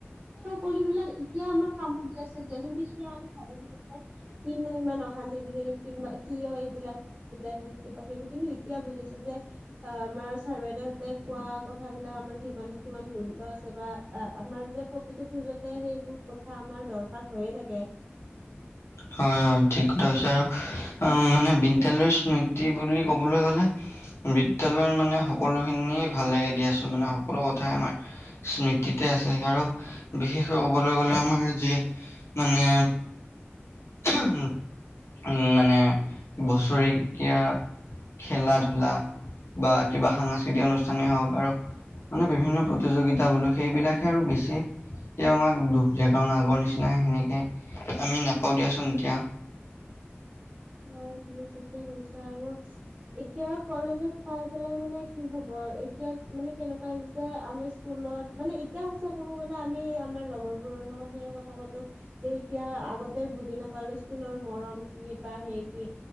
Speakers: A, on the right (about 30°); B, on the left (about 75°).
A: এই সকলো বিলাক এতিয়া আমাক কামত দি আছে দিয়াচোন তিতিয়া আমি ভাবিছিলো যে কিনো ইমান অশান্তি দি থাকি কিম বা কিয় এইবিলাক বুজাই থাকি কিবা কিবি কিন্তু এতিয়া বুজিছো যে অ আমাৰ চাৰ বাইদেউহতে কোৱা কথাবিলাক আমাৰ জীৱনত কিমান মূল্য আছে বা অ আমাৰ যে প্ৰতিটো খোজতে সেইবোৰ কথা আমাৰ দৰকাৰ হৈয়ে থাকে
B: হয় হয় ঠিক কথা হৈছে আৰু মানে বিদ্যালয়ৰ স্মৃতি বুলি ক'বলৈ গ'লে বিদ্যালয় মানে সকলোখিনিয়ে ভাল লাগে দিয়াচোন মানে সকলো কথাই আমাৰ স্মৃতিতে আছে আৰু বিশেষকৈ ক'বলৈ গলে আমাৰ যিয়ে মানে উম হু মানে বছৰেকীয়া খেলা ধূলা বা কিবা সাংস্কৃতিক অনুষ্ঠানেই হওঁক আৰু মানে বিভিন্ন প্ৰতিযোগিতা বোলো সেইবিলাকে আৰু বেছি এতিয়াও আমাক দুখ দিয়ে কাৰণ আগৰ নিচিনা সেনেকে আমি নাপ পাওঁ দিয়াচোন এতিয়া।
A: অ তুমি ঠিকে কৈছা আৰু। এতিয়া কলেজত পাই পেলাই মানে কি হব এতিয়া মানে কেনেকুৱা যে আমি স্কুলত মানে ইত তিয়া সঁচা ক'ব গলে আমি আমাৰ লগৰবোৰৰ লগত সেয়ে কথা পাতো যে এতিয়া আগতে বুজি নাপ পালো স্কুলৰ মৰম কি বা সেই কি